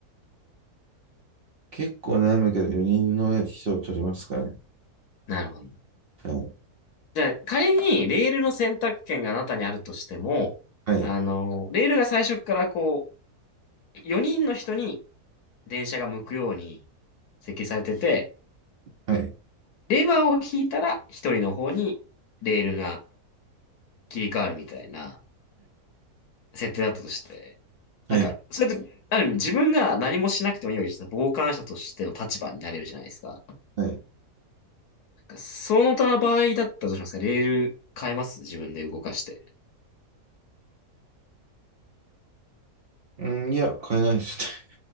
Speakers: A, on the right (about 50°); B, on the left (about 85°).
A: 結構悩むけど、4人の人を取りますかね。
B: なるほど。
A: はい。
B: じゃあ、仮にレールの選択権があなたにあるとしても、
A: はい。
B: あの、レールが最初からこう、4人の人に電車が向くように設計されてて、
A: はい。
B: レバーを引いたら1人の方にレールが切り替わるみたいな設定だったとして、
A: はい。
B: なんか、それって、ある意味自分が何もしなくてもいいわけですよ。傍観者としての立場になれるじゃないですか。
A: はい。
B: なんかその他場合だったらどうしますかレール変えます自分で動かして。
A: うん、いや、変えないです